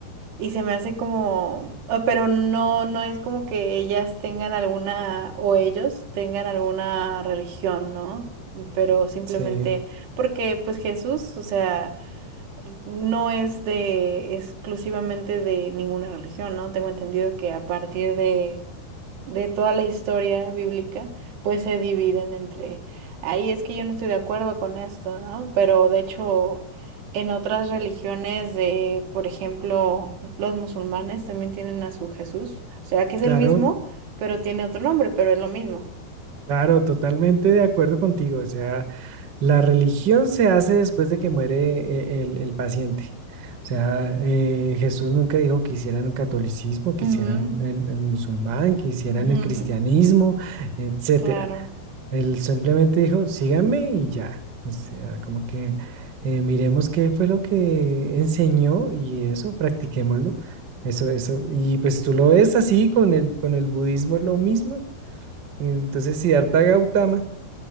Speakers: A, on the right; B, on the right.
A: Y se me hace como, ah, pero no, no es como que ellas tengan alguna, o ellos tengan alguna religión, ¿no? Pero simplemente,
B: Sí,
A: porque pues Jesús, o sea, no es de exclusivamente de ninguna religión, ¿no? Tengo entendido que a partir de de toda la historia bíblica, pues se dividen entre, ahí es que yo no estoy de acuerdo con esto, ¿no? Pero de hecho, en otras religiones de, por ejemplo, los musulmanes también tienen a su Jesús, o sea, que es
B: claro,
A: el mismo, pero tiene otro nombre, pero es lo mismo.
B: claro, totalmente de acuerdo contigo. O sea, La religión se hace después de que muere eh, el, el paciente. O sea, eh, Jesús nunca dijo que hicieran el catolicismo, que
A: Ujú,
B: hicieran el, el musulmán, que hicieran
A: ujú,
B: el cristianismo,
A: ujú,
B: etcétera.
A: Claro.
B: Él simplemente dijo, síganme y ya. O sea, como que eh, miremos qué fue lo que enseñó y eso, practiquémoslo. Eso, eso. Y pues tú lo ves así con el, con el budismo, es lo mismo. Entonces, si Siddhartha Gautama